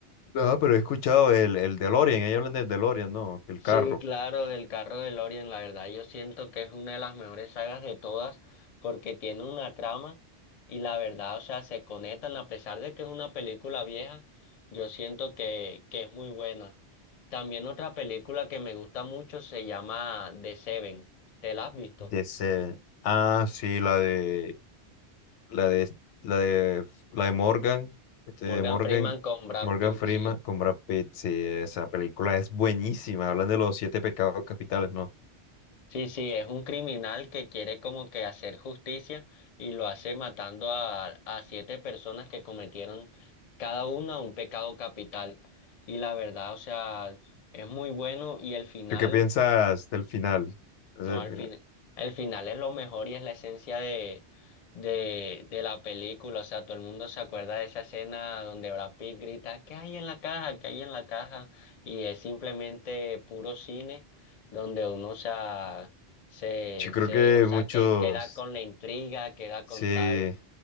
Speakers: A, on the left (about 85°); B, on the left (about 45°).
A: Ah, pero he escuchado el, el DeLorean, ahí hablan del DeLorean, ¿no? El
B: Sí,
A: carro.
B: claro, del carro de Lorian, la verdad yo siento que es una de las mejores sagas de todas porque tiene una trama y la verdad, o sea, se conectan a pesar de que es una película vieja, yo siento que, que es muy buena. También otra película que me gusta mucho se llama The Seven, ¿te la has visto?
A: De ese- Ah, sí, la de, la de, la de, la de Morgan, este
B: Morgan
A: de Morgan,
B: Freeman con Brad
A: Morgan
B: Pitt,
A: Freeman
B: sí.
A: con Brad Pitt. Sí, esa película es buenísima. Hablan de los siete pecados capitales, ¿no?
B: Sí, sí, es un criminal que quiere como que hacer justicia y lo hace matando a, a siete personas que cometieron cada una un pecado capital. Y la verdad, o sea, es muy bueno y el final
A: ¿Tú qué piensas del final? Ese
B: no,
A: es el
B: al
A: final.
B: fin, el final es lo mejor y es la esencia de, de, de la película. O sea, todo el mundo se acuerda de esa escena donde Brad Pitt grita, ¿qué hay en la caja? ¿Qué hay en la caja? Y es simplemente puro cine donde uno o sea, se,
A: Yo creo
B: se,
A: que
B: o sea,
A: muchos
B: que queda con la intriga, queda con
A: Sí,
B: tal.